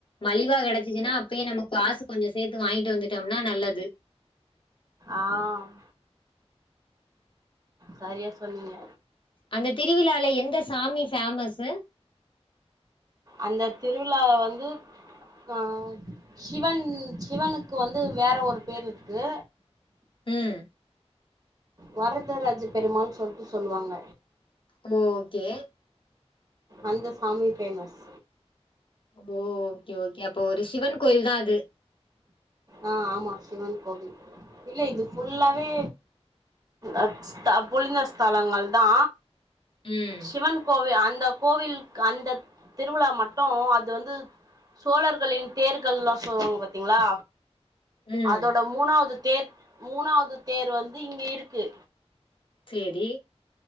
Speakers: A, on the left; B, on the right.
A: மலிவா கெடச்சிச்சுன்னா அப்பயே நமக் காசு கொஞ்சோ சேத்து வாய்ன்ட்டு வந்துட்டம்னா நல்லது
B: ஆம் சரியா சொன்னீங்க
A: அந்த திருவிழால எந்த சாமி ஃபேமஸ்ஸு
B: அந்த திருவிழா வந்து ஆ ஷிவன் ஷிவனுக்கு வந்து வேற ஒரு பேர் ருக்கு
A: ம்
B: வரதராஜ பெருமாள் சொல்ட்டு சொல்வாங்க
A: மோ க்கே
B: அந்த சாமி ஃபேமஸ்
A: போ ஓகே ஓகே அப்போ ஒரு ஷிவன் கோயில் தா அது
B: ஆ ஆமா ஷிவன் கோவில் இல்ல இது ஃபுல்லாவே அத் ஸ்தபுலிங்க ஸ்தலங்கள் தா
A: ம்,
B: ஷிவன் கோவே அந்த கோவில்க் அந்தத் திருவிழா மட்டு அது வந்து சோழர்களின் தேர்கள்லா சொல்லுவாங்க பாத்தீங்ளா
A: ம்.
B: அதோட மூணாவ்து தேர் மூணாவ்து தேர் வந்து இங்கு இருக்கு
A: சேரி